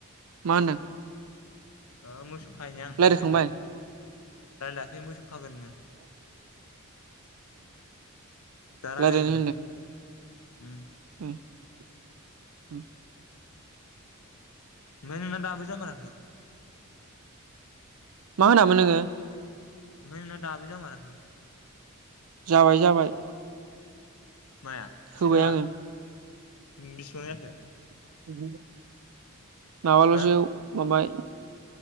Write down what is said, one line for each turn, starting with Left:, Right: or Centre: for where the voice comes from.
Right: मा होनदों
Left: आ मासे दुखायनो आं
Right: रायलायखांबाय
Left: होसोरनो रायलायाखै मोसौ खागोननो दा रायलायगोननो
Right: रायलायनो
Left: उम
Right: उम
Left: ओमफाय नोंना दाबो जामाराखै?
Right: मा होनामोन नोङो?
Left: फाय नोंना दाबो जामाराखै?
Right: जाबाय जाबाय।
Left: माया से
Right: होबाय
Left: थाखा
Right: आङो
Left: उम बिसिबां जाखो?
Right: <inaudible> माबाल'सो
Left: हो
Right: माबाय